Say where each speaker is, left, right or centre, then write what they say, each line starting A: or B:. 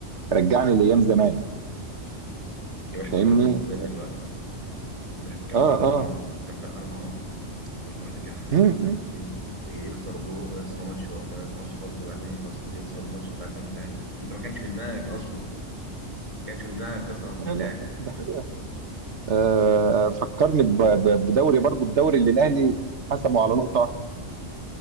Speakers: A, on the right; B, on the right.
A: رجعني لايام زمان
B: يا باشا
A: فاهمني
B: ده فرق نقطتين دلوقتي انت شوف كان
A: اه
B: فرق
A: اه
B: اربع
A: آه.
B: نق- كان فرق اربع نقط مره واحده كده احنا دخلنا
A: مم، مم.
B: في الزين يخسروا جو يخسروا ماتش و... ماتش فاركو وبعدين يخلص يخسر الماتش بتاع البنك الاهلي انت ما كانش في دماغك اصلا ما كانش في دماغك قسما بالله
A: لا لا دي حقيقة آه فكرني ب- ب- بدوري برضو الدوري اللي الاهلي حسمه على نقطة واحدة